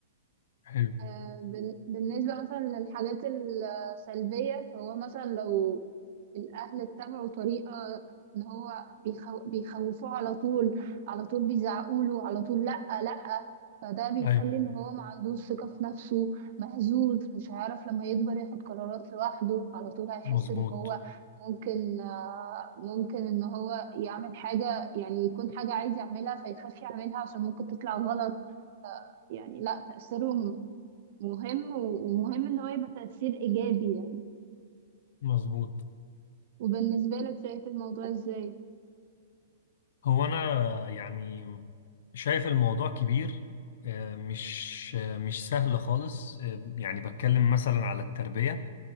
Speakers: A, on the left; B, on the right.
A: حلو
B: آه، بال- بالنسبة مثلا للحاجات السلبية فهو مثلا لو الأهل اتبعوا طريقة إن هو بيخو... بيخوفوه على طول على طول بيزعقوله على طول لأ لأ فده بيخلي
A: ايوه
B: إن هو ما عندوش ثقة في نفسه مهزوز مش هيعرف لما يكبر ياخد قرارات لوحده على طول هيحس
A: مظبوط
B: إن هو ممكن آه، ممكن إن هو يعمل حاجة يعني يكون حاجة عايز يعملها فيخاف يعملها عشان ممكن تطلع غلط يعني لا تأثيره مهم و- ومهم ان هو يبقى تأثير ايجابي يعني
A: مظبوط
B: وبالنسبة لك شايف الموضوع ازاي
A: هو أنا يعني شايف الموضوع كبير آه مش آه مش سهل خالص آه يعني بتكلم مثلا على التربية